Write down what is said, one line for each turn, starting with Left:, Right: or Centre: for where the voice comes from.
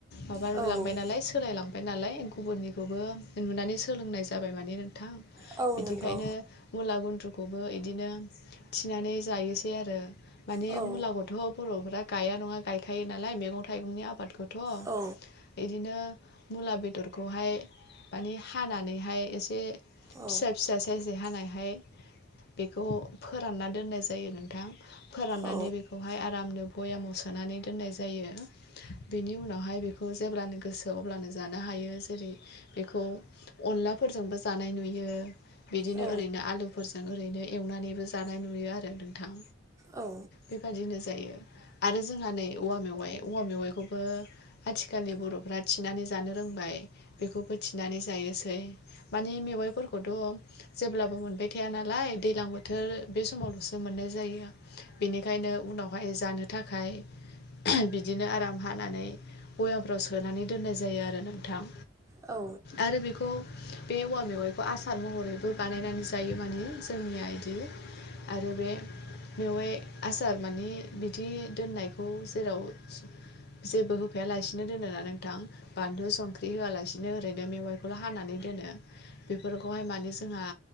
Left: माबा
Right: औ
Left: लांबाय नालाय सोलायलांबाय नालाय गुबुननिखौबो नुनानै सोलोंनाय जाबाय माने नोंथां
Right: औ
Left: बिदिखायनो
Right: नंगौ
Left: मुला गुन्द्रुखौबो इदिनो थिनानै जायोसै आरो माने
Right: औ
Left: मुला गु थ बरफोरा गाया नङा गायखायो नालाय मैगं थाइगंनि आबादखौथ
Right: औ
Left: इदिनो मुला बेदरखौहाय माने हानानैहाय एसे
Right: औ
Left: फिसा फिसा साइज हानाय फाय बेखौ फोरानना दोन्नाय जायो नोंथां फोराननानै
Right: औ
Left: बेखौ बेखौहाय आरामनो भयामाव सोनानै दोननाय जायो बेनि उनावहाय बेखौ जेब्लानो गोसो अब्लानो जानो हायो जेरै बेखौ अनलाफोरजोंबो जानाय नुयो बिदिनो
Right: औ
Left: ओरैनो लोगोफोरजों ओरैनो एवनानैबो जानाय नुयो आरो नोंथां
Right: औ
Left: बेबादिनो जायो आरो जोंहा नै औवा मेवाइ औवा मेवाइखौबो आथिखालनि बर'फ्रा थिनानै जानो रोंबाय बेखौबो थिनानै जायोसै मानिे मेवाइफोरखौथ' जेब्लाबो बाय थाया नालाय दैजलां बोथोर बे सम समावल'सो मोननाय जायो बेनिखायनो उनावहाय जानो थाखाय बिदिनो आराम हानानै अवफ्राव सोनानै दोननाय जायो आरो नोंथां
Right: औ
Left: आरो बेखौ बे औवा मेवाइखौ आसार महरैबो बानायनानै जायो माने जोंनि आइदि आरो बे बेवहाय आसार माने बिदि दोननायखौ जेराव जेबो होफायालासिनो दोन ना नोंथां बानलु सम फख्रि होआलासिनो ओरैनो मेवाइखौल' हानानै दोनो बेफोरखौहाय माने जोंहा